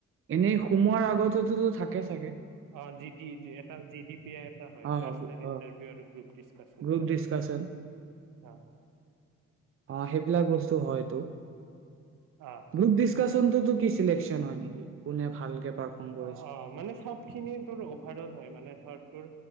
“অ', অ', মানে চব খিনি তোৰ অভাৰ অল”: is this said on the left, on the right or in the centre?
Right